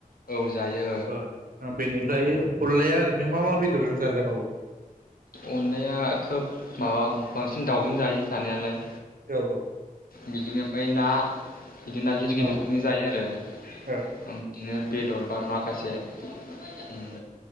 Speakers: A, on the left; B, on the right.
A: औ जायो
B: ओ बेनिफ्राय अनलाया ओरैनो मा-मा बेदरजों जाजाबावो?
A: अनलाया खोब माबा बांसिन दावजों जायो जानायालाय।
B: औ-औ-औ।
A: बिदिनो ओमफ्राय ना। बिदिनो ना गिदिर-गिदिरखौनो
B: औ
A: जायो आरो
B: औ
A: ओम बिदिनो। बेदर बा माखासे उम